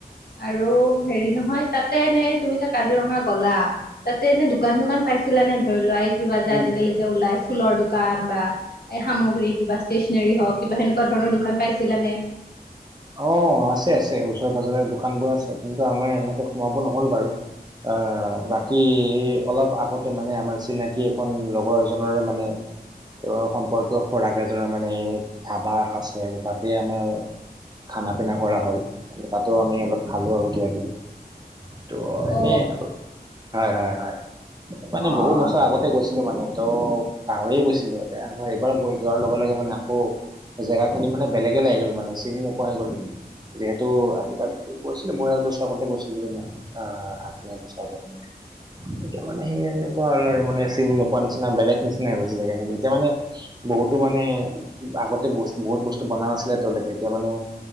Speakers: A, on the left; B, on the right.
A: আৰু হেৰি নহয় তাতে এনেই তুমি যে কাজিৰঙা গ'লা তাতে এনে দোকান চোকান পাইছিলা নে ধৰি লোৱা এই কিবা যে
B: উম
A: আজিকালি যে ওলাই ফুলৰ দোকান দোকান বা এই সামগ্ৰী কিবা ষ্টেচনেৰী হওক কিবা সেনেকুৱা ধৰণৰ দোকান পাইছিল নে
B: অ', আছে আছে ওচৰে পাজৰে দোকান বোৰ আছে কিন্তু আমাৰ এনেকে সোমাব নহ'ল বাৰু। আহ বাকী অলপ আগতে মানে আমাৰ চিনাকি এখন লগৰ এজৰে মানে তেওঁৰ সম্পৰ্কীয় খোৰাক এজনৰ মানে এনে ধাবা আছে আৰু তাতে আমাৰ খানা পিনা কৰা হ'ল তাতো আমি অলপ খালো আৰু কিবা কিবি ত এনে
A: অ',
B: আৰু হয়, হয়, হয়। মানে
A: অ'। অ',
B: বহুত বছৰ আগতে গৈছিলোঁ মানে ত পাহৰিয়ে গৈছিলোতে প এইবাৰ যোৱাৰ লগে লগে মানে আকৌ জেগা খিনি মানে বেলেগে লি গল মানে চিনি নোপোৱা হৈ গ'ল। যিহেতু আজিকালি গৈছিলে মই এবছৰ আগতে গৈছিলোঁ যেদি নাই অ', আত্মীয় বচা এতিয়া মানে সেই এনেকুৱা আৰু মানে চিন নোপোৱা নিচিনা বেলেগ নিচিনা হৈ গৈ জেগা খিনি এতিয়া মানে বহুতো মানে আগতে ব বহুত বস্তু বনা নাছিলে তেওঁলোকে এতিয়া মানে